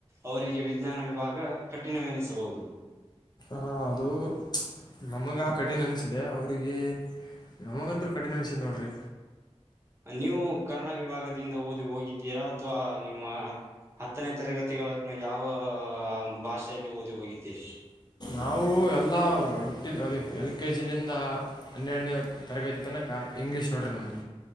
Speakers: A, on the right (about 25°); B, on the left (about 40°).
A: ಅವರಿಗೆ ವಿಜ್ಞಾನ ವಿಭಾಗ ಕಠಿಣವೆನಿಸಬಹುದು.
B: ಹ ಅದು ನಮಗೆ ಆ ಕಠಿಣ ಅನ್ಸಿದೆ ಅವ್ರರಿಗೆ. ನಮಗಂದರು ಕಟಿನ್ ಅನಿಸ್ತ್ ನೋಡರಿ.
A: ನೀವು ಕನ್ನಡ ವಿಭಾಗದಿಂದ ಓದಿ ಹೋಗಿದ್ದೀರಾ ಅಥವಾ ನಿಮ್ಮ. ಹತ್ತನೇ ತರಗತಿಗಳನ್ನು ಯಾವ ಭಾಷೆಯಲ್ಲಿ ಓದಿ ಹೋಗಿದ್ದೀರಿ.
B: ನಾವು ಎಲ್ಲ ಹುಟ್ಟಿದ ಅ ಎಲ್ ಕೆ ಜಿಲಿಂದ. ಹನ್ನೆರಡನೇ ತರಗತಿ ತನಕ ಇಂಗ್ಲಿಷ್ ನೋಡ್ರಿ ನಮ್ದು